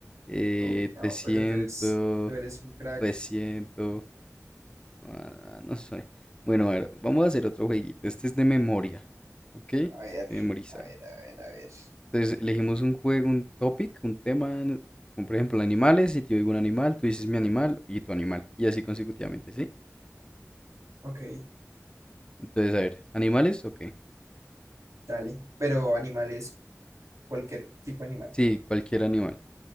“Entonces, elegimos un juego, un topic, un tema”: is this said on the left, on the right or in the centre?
Left